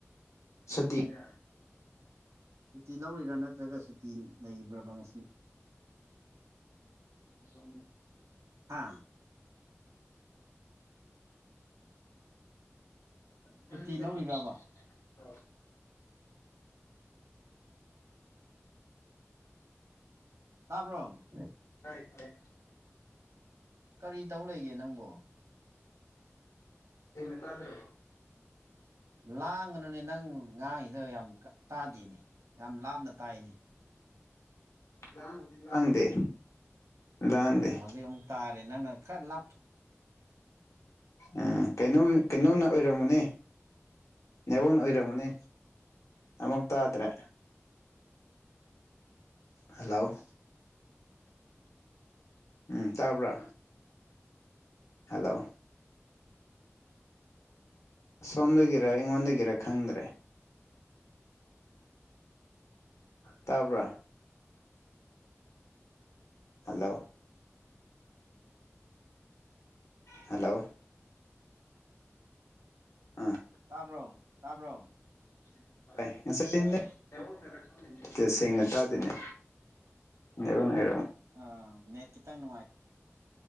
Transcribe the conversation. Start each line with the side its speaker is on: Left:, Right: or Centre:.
Left: ꯁꯇꯤꯔ
Right: ꯁꯨꯇꯤ ꯂꯧꯔꯤꯔꯥ ꯅꯠꯇ꯭ꯔꯒ ꯁꯨꯇꯤ ꯂꯩꯕ꯭ꯔꯕ ꯉꯁꯤ
Left: ꯎ ꯁ
Right: ꯍꯥ
Left: ꯀ꯭ꯔ
Right: ꯁꯨꯇꯤ
Left: ꯃ
Right: ꯂꯧꯔꯤꯔꯕ ꯇꯥꯕ꯭ꯔꯣ
Left: ꯀꯥꯏ ꯇꯥꯏ
Right: ꯀꯔꯤ ꯇꯧ ꯂꯩꯒꯦ ꯅꯪꯕꯨꯣ
Left: ꯃꯦ ꯇꯗ꯭ꯔ
Right: ꯂꯥꯡꯒꯅꯨꯅꯦ ꯅꯪ ꯉꯥꯡꯁꯤꯗ ꯌꯥꯝ ꯇꯥꯗꯦꯅꯦ ꯌꯥꯝ ꯂꯥꯞꯅ ꯇꯥꯏꯅꯤ
Left: ꯂ ꯂꯥꯡꯗꯦ ꯂꯥꯡꯗꯦ
Right: ꯑꯣ ꯍꯧꯖꯤꯛ ꯑꯃꯨꯛ ꯇꯥꯔꯦ ꯅꯪꯅ ꯈꯔ ꯂꯥꯞ
Left: ꯎꯝ ꯀꯩꯅꯣ ꯀꯩꯅꯣꯅ ꯑꯣꯏꯔꯝꯃꯨꯅꯦ ꯅꯦꯉꯣꯟꯅ ꯑꯣꯏꯔꯝꯃꯅꯤ ꯑꯃꯨꯛ ꯇꯥꯗ꯭ꯔꯦ ꯍꯜꯂꯣ ꯎꯝ ꯇꯥꯕ꯭ꯔꯥ ꯍꯜꯂꯣ ꯁꯣꯝꯗꯒꯤꯔ ꯑꯩꯉꯣꯟꯗꯒꯤꯔ ꯈꯪꯗ꯭ꯔꯦ ꯇꯕ ꯍꯂꯣ ꯍꯜꯂꯣ ꯑꯥ
Right: ꯇꯥꯕ꯭ꯔꯣ ꯇꯥꯕ꯭ꯔꯣ
Left: <unintelligible> ꯁꯦꯡꯅ ꯇꯥꯗꯦꯅꯦ ꯅꯅꯔꯝ
Right: ꯑꯥ ꯅꯦꯠ ꯈꯤꯇꯪ ꯅꯨꯡꯉꯥꯏ